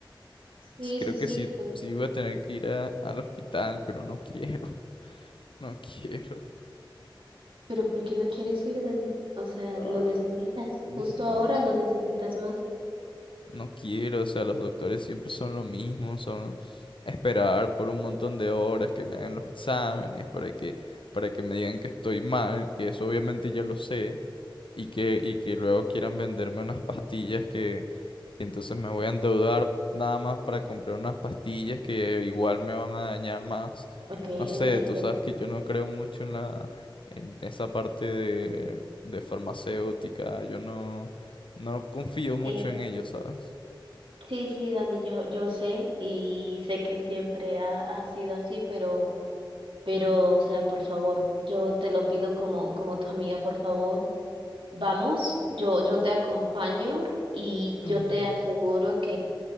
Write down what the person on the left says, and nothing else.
Sí, Creo
que
sí,
sí voy a tener que ir a- al hospital, pero no quiero, <laughs> no quiero.
Ah,
no,
no quiero, o sea, los doctores siempre son lo mismo, son esperar por un montón de horas que me hagan los exámenes para que, para que me digan que estoy mal, que eso obviamente ya lo sé, y que, y que luego quieran venderme unas pastillas que que entonces me voy a endeudar nada más para comprar unas pastillas que igual me van a dañar más.
No sé,
tú sabes que yo no creo mucho en la, en esa parte de, de farmacéutica, yo no, no confío mucho
en ello, ¿sabes?
Mm,